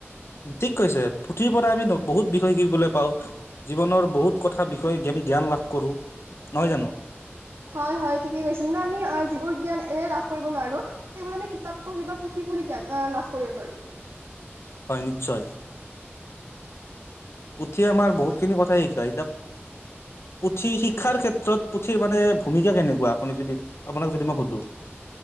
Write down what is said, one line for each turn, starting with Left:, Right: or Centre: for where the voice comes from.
Left: ঠিক কৈছে। পুথিৰ পৰা আমি বহুত বিষয় শিকিবলৈ পাওঁ, - জীৱনৰ বহুত কথা বিষয়ে জ্ঞান লাভ কৰো। নহয় জানো?
Right: হয় হয়, ঠিকে কৈছে মানে আমি যিবোৰ জ্ঞান এনেই লাভ কৰিব নোৱাৰো, - সেইবোৰ আমি কিতাপ পঢ়ি বা পুথি পঢ়ি জ্ঞান অঁ লাভ কৰিব পাৰো।
Left: হয় নিশ্চয়। পুঠিয়ে আমাৰ বহুতখিনি কথাই শিকায় এতিয়া পুথি শিক্ষাৰ ক্ষেত্ৰত পুথিৰ মানে ভূমিকা কেনেকুৱা আপুনি যদি আপোনাক যদি মই সুধো।